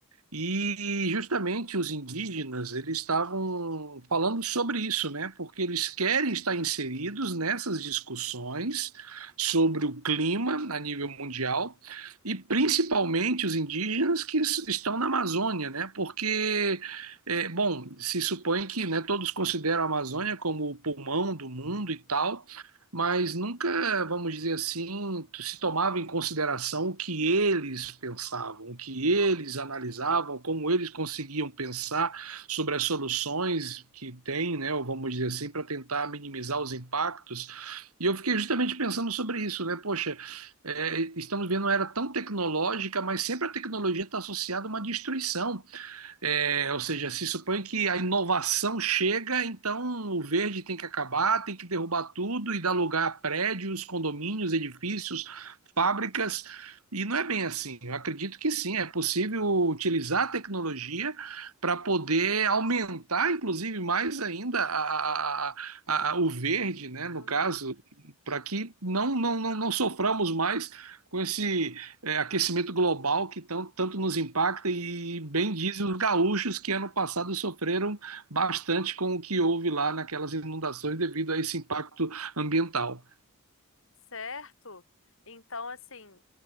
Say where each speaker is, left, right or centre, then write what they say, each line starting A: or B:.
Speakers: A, on the right (about 75°); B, on the left (about 60°).
A: E justamente os indígenas, eles estavam falando sobre isso, né? Porque eles querem estar inseridos nessas discussões sobre o clima a nível mundial e principalmente os indígenas que s- estão na Amazônia, né? Porque, é, bom, se supõe que, né, todos consideram a Amazônia como o pulmão do mundo e tal, mas nunca, vamos dizer assim, se tomava em consideração o que eles pensavam, o que eles analisavam, como eles conseguiam pensar sobre as soluções que têm, né, ou vamos dizer assim, para tentar minimizar os impactos. E eu fiquei justamente pensando sobre isso, né? Poxa, é, estamos vendo uma era tão tecnológica, mas sempre a tecnologia está associada a uma destruição. É, ou seja, se supõe que a inovação chega, então o verde tem que acabar, tem que derrubar tudo e dar lugar a prédios, condomínios, edifícios, fábricas. E não é bem assim. Eu
B: uhum,
A: acredito que sim, é possível utilizar a tecnologia para poder aumentar, inclusive, mais ainda a, a- a- a- o verde, né, no
B: uhum.
A: caso, para que não, não, não, não soframos mais com esse é, aquecimento global que tão, tanto nos impacta e bem dizem os gaúchos que ano passado sofreram bastante com o que houve lá naquelas inundações devido a esse impacto ambiental.
B: Certo? Então, assim,